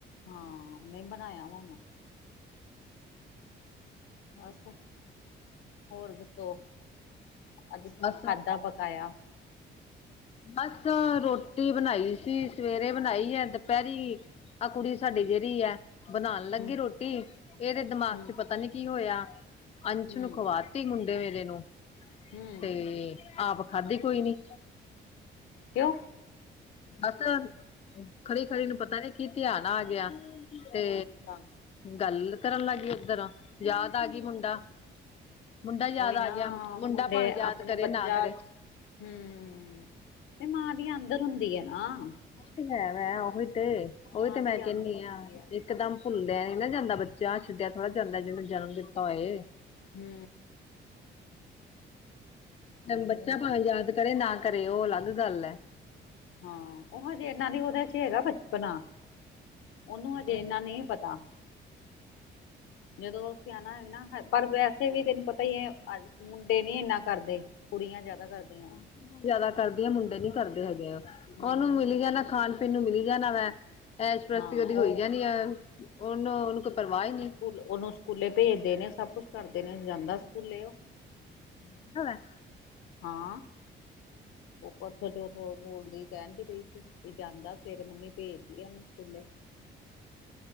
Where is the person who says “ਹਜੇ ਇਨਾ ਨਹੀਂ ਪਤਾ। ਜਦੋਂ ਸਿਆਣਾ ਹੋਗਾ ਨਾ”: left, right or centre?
Left